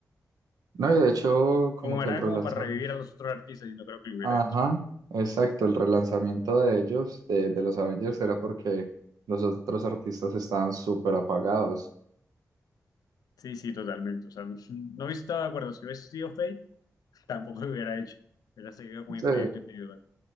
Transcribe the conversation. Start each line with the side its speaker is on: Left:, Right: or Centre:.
Right: No, y de hecho, como
Left: como
Right: que
Left: era
Right: el relanzamiento.
Left: como para revivir a los otros artistas y no creo que lo hubiera
Right: Ajá,
Left: hecho.
Right: exacto, el relanzamiento de ellos, de, de los Avengers, era porque los otros artistas estaban súper apagados.
Left: Sí, sí, totalmente. O sea, no, no hubiese estado de acuerdo. Si hubiese sido Fate, tampoco lo hubiera hecho. Hubiera seguido con
Right: Sí,
Left: mi proyecto individual.